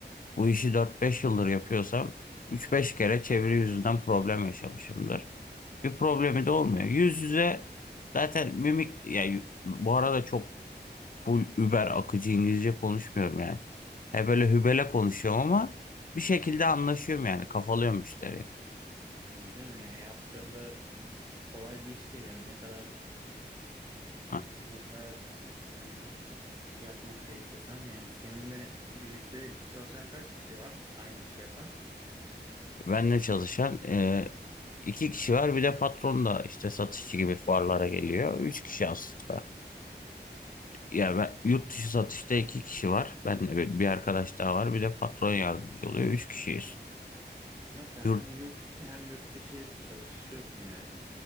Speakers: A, on the left; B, on the right.
A: Bu işi dört beş yıldır yapıyorsam üç beş kere çeviri yüzünden problem yaşamışımdır. bir problemi de olmuyor. Yüz yüze zaten mimik yani bu arada çok full über akıcı İngilizce konuşmuyorum yani. He böyle hübele konuşuyorum ama bir şekilde anlaşıyorum yani kafalıyorum müşteriyi.
B: Tabii canım yani yaptığında kolay bir iş değil yani ne kadar
A: Ha,
B: ne kadar yani yapmak da istesem yani seninle birlikte çalışan kaç kişi var aynı işi yapan?
A: Benle çalışan e, iki kişi var bir de patron da işte satışçı gibi fuarlara geliyor. Üç kişi aslında. Ya ben,
B: Hmm.
A: yurt dışı satışta iki kişi var. Ben bir arkadaş daha var bir de patron yardımcı oluyor. Üç kişiyiz.
B: Ama sen
A: Yurt,
B: hem yurt içi hem yurt dışı çalışıyorsun yani.